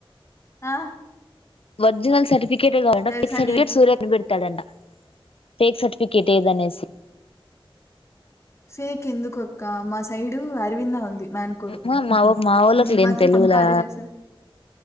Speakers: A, on the left; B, on the left.
A: ఆ
B: ఒరిజినల్ సర్టిఫీ కేట్ ఉండాలట
A: తెలుసా
B: సర్టిఫికెట్
A: నీ
B: సూర్య <unintelligible> తడంట ఫేక్ సర్టిఫికేట్ ఏదనేసి
A: ఫేక్ ఎందుకక్క మా సైడు అరవింద ఉంది మన్కూరు
B: మా మా మా వోళ్ళకి
A: నేను
B: లేని
A: మాత్రం
B: తెలివిలా
A: పక్కా అదే చేస